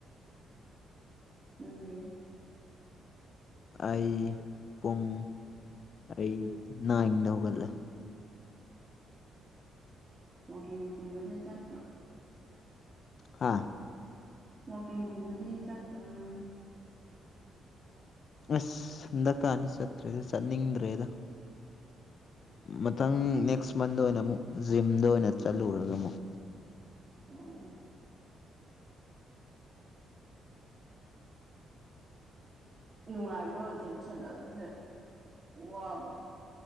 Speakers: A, on the right (about 35°); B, on the left (about 50°).
A: ꯅꯪꯅꯤ
B: ꯑꯩ ꯄꯨꯡ ꯑꯩ ꯅꯥꯏꯟꯗ ꯍꯧꯒꯠꯂꯦ
A: ꯋꯥꯛꯀꯤꯡꯒꯨꯝꯕꯗ ꯆꯠꯇ꯭ꯔꯣ
B: ꯍꯥꯥ
A: ꯋꯥꯋꯀꯤꯡꯒꯨꯝꯕꯗꯤ ꯆꯠꯠꯇ꯭ꯔꯣ ꯅꯪ
B: ꯑꯁꯟ ꯗꯔꯀꯥꯔꯅꯤ ꯆꯠꯇ꯭ꯔꯦꯗ ꯆꯠꯅꯤꯡꯗ꯭ꯔꯦꯗ ꯃꯊꯪ ꯅꯦꯛꯁ ꯃꯟꯗ ꯑꯣꯏꯅ ꯑꯃꯨꯛ ꯖꯤꯝꯗ ꯑꯣꯏꯅ ꯆꯠꯂꯨꯔꯒ ꯑꯃꯨꯛ
A: <unintelligible> ꯅꯨꯡꯉꯥꯏꯕ꯭ꯔꯣꯆꯝ ꯁꯥꯟꯅꯕꯁꯦ ꯋꯥꯕ꯭ꯔꯣ